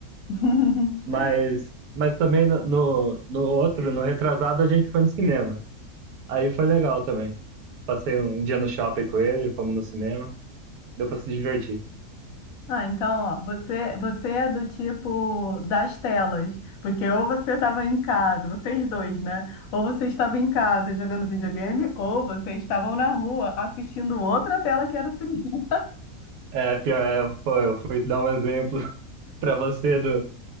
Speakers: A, on the left; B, on the right.
A: <laughs>
B: Mas, mas também no, no, no outro, no retrasado, a gente foi no cinema. Aí foi legal também. Passei um, um dia no shopping com ele, fomos no cinema, deu pra se divertir.
A: Ah, então, ó, você, você é do tipo das telas, porque ou você estava em casa, vocês dois, né? Ou você estava em casa jogando videogame, ou vocês estavam na rua assistindo outra tela que era o cinema.
B: É, pior, é, pô, eu fui dar um exemplo <laughs> pra você do